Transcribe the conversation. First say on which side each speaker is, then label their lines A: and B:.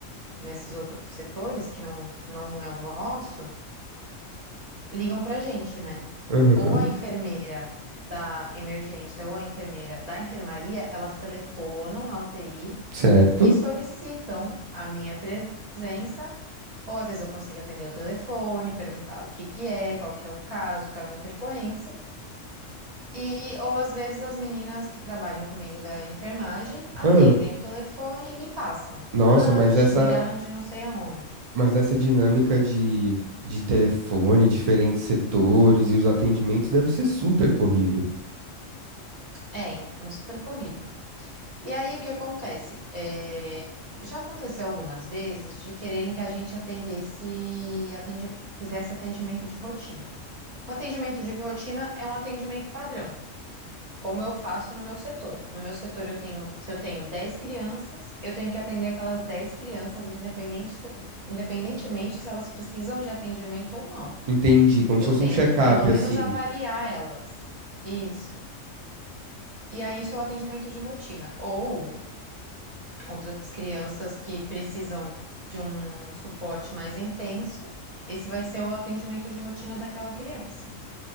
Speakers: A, on the right (about 40°); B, on the right (about 60°).
A: nesses outros setores, que não, não é o nosso, ligam pra gente, né?
B: Uhum,
A: Ou a enfermeira da emergência ou a enfermeira da enfermaria, elas telefonam na UTI
B: certo.
A: e solicitam a minha presença, ou às vezes eu consigo atender o telefone, perguntar o que que é, qual que é o caso, qual é a intercorrência, e ou às vezes as meninas que trabalham comigo da enfermagem atendem
B: Ah,
A: o telefone e me passam.
B: nossa,
A: Ah,
B: mas
A: te
B: essa,
A: ligaram de não sei aonde.
B: mas essa dinâmica de, de telefone, diferentes setores e os atendimentos deve ser super corrido.
A: É, então é super corrido. E aí o que acontece? É, já aconteceu algumas vezes de quererem que a gente atendesse, atende- fizesse atendimento de rotina. O atendimento de rotina é um atendimento padrão, como eu faço no meu setor. No meu setor eu tenho, se eu tenho 10 crianças, eu tenho que atender aquelas 10 crianças, independente, se- independentemente se elas precisam de atendimento ou não.
B: Entendi, como
A: Eu
B: se fosse
A: tenho
B: um check-up,
A: que pelo menos
B: assim.
A: avaliar elas. Isso. E aí, isso é o atendimento de rotina. Ou outras crianças que precisam de um suporte mais intenso, esse vai ser o atendimento de rotina daquela criança.